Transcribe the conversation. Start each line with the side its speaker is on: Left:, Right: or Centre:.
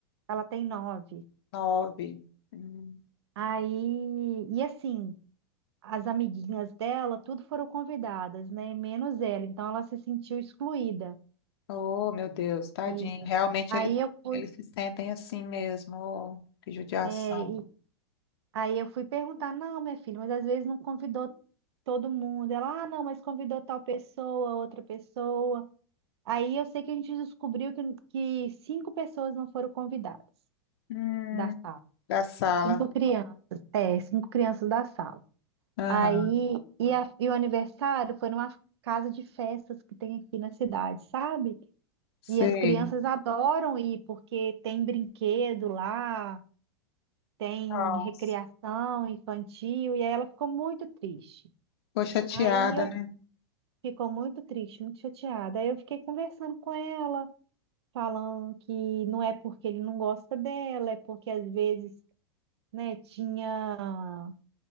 Right: ela tem nove.
Left: Nove. Hum.
Right: Aí, e assim, as amiguinhas dela, tudo foram convidadas, né? Menos ela. Então ela se sentiu excluída.
Left: Oh, meu Deus, tadinha.
Right: Isso, assim.
Left: Realmente
Right: Aí
Left: eles,
Right: eu fui.
Left: eles se sentem assim mesmo. Oh, que judiação.
Right: É, e Aí eu fui perguntar, não, minha filha, mas às vezes não convidou todo mundo. Ela, ah, não, mas convidou tal pessoa, outra pessoa. Aí eu sei que a gente descobriu que, que cinco pessoas não foram convidadas
Left: Hum,
Right: da sala.
Left: da sala.
Right: Cinco crianças, é, cinco crianças da sala.
Left: Aham,
Right: Aí, e, a- e o aniversário foi numa casa de festas que tem aqui na cidade, sabe?
Left: sei.
Right: E as crianças adoram ir porque tem brinquedo lá. tem
Left: Nossa,
Right: recreação infantil, e aí ela ficou muito triste.
Left: ficou chateada,
Right: Aí eu
Left: né?
Right: ficou muito triste, muito chateada. Aí eu fiquei conversando com ela, falando que não é porque ele não gosta dela, é porque às vezes, né, tinha